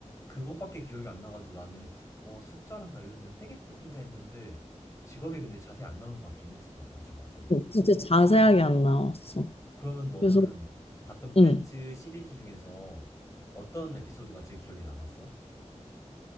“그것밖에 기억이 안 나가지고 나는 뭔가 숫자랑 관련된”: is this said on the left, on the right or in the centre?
Left